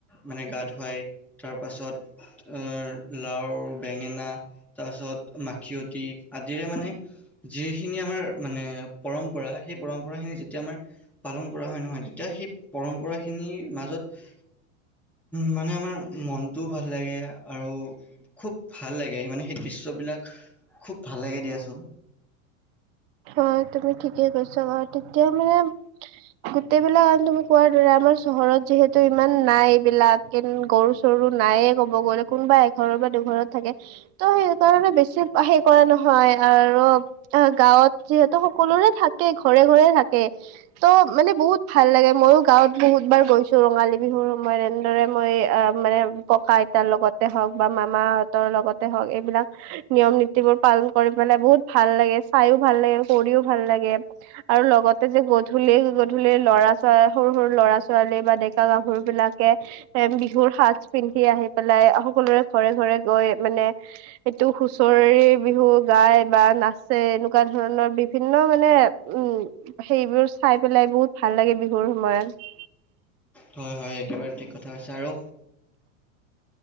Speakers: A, in the centre; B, on the right.
A: মানে গা ধুৱায়, তাৰ পাছত অ লাও, বেঙেনা, তাৰপাছত মাখিয়তী আদিৰে মানে যি খিনি আমাৰ মানে পৰম্পৰা, সেই পৰম্পৰাখিনি যেতিয়া আমাৰ পালন কৰা হয় নহয়, তেতিয়া সেই পৰম্পৰাখিনিৰ মাজত মানে আমাৰ মনটোও ভাল লাগে আৰু খুব ভাল লাগে, সেই মানে সেই দৃশ্যবিলাক খুব ভাল লাগে দিয়াচোন।
B: হয়, তুমি ঠিকে কৈছা বাৰু। তেতিয়া মানে গোটেইবলাক আন তুমি কোৱাৰ দৰে আমাৰ চহৰত যিহেতু ইমান নাই এইবিলাক। গৰু চৰু নাইয়ে ক'ব গ'লে এঘৰৰ বা দুঘৰত থাকে। তো সেইকাৰণে বেছি কৰা নহয় আৰু গাঁৱত যিহেতু সকলোৰে থাকে ঘৰে ঘৰে থাকে। তো মানে বহুত ভাল লাগে মইয়ও গাঁৱত বহুত বাৰ গৈছো ৰঙালী বিহুৰ সময়ত এনেদৰে মই অ'। মানে ককা আইতাৰ লগতে হওঁক বা মামাহঁতৰ লগতে হওঁক এইবিলাক নিয়ম নীতিবোৰ পালন কৰি পেলাই বহুত ভাল লাগে চাইও ভাল লাগে কৰিও ভাল লাগে আৰু লগত যে গধূলি গধূলি ল'ৰা ছো সৰু সৰু ল'ৰা ছোৱালী বা ডেকা গাভৰু বিলাকে এ বিহুৰ সাজ পিন্ধি আহি পেলাই সকলোৰে ঘৰে ঘৰে গৈ মানে সেইটো হুচৰি বিহু গায় বা নাচে। এনেকুৱা ধৰণৰ বিভিন্ন মানে উম। সেইবোৰ চায় পেলাই বহুত ভাল লাগে বিহুৰ সময়ত।
A: হয় হয় একেবাৰে থিক কথা আৰু।